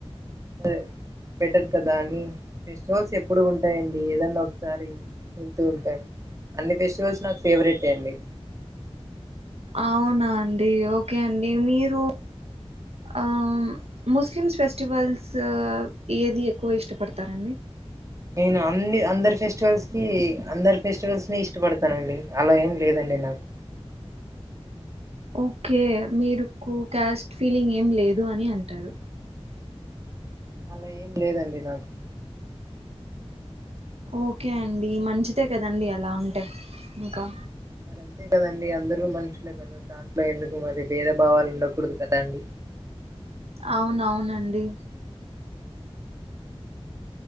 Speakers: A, on the right (about 30°); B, on the right (about 75°).
A: దే బెటర్ కదా అని ఫెస్టివల్స్ ఎప్పుడు ఉంటాయండి ఏదన్నా ఒకసారి వెళ్తూ ఉంటాం అన్ని ఫెస్టివల్స్ నాకు ఫేవరెట్ ఏ అండి
B: అవునా అండి ఓకే అండి మీరు ఆ ముస్లిమ్స్ ఫెస్టివల్స్ ఏది ఎక్కువ ఇష్టపడతారంండి
A: నేను అన్ని అందరి ఫెస్టివల్స్ కి అందరు ఫెస్టివల్స్ ని ఇష్టపడతానండి అలా ఏం లేదండి నాకు
B: ఓకే మీరుకు క్యాస్ట్ ఫీలింగ్ ఏం లేదు అని అంటారు
A: అలా ఏం లేదండి నాకు
B: ఓకే అండి మంచిదే కదండి అలా ఉంటే ఇంకా
A: మరి అంతే కదండి అందరుూ మనుషులే కదా దాంట్లో ఎందుకు మరి భేదభావాలు ఉండకూడదు కదా అండి
B: అవునవునండి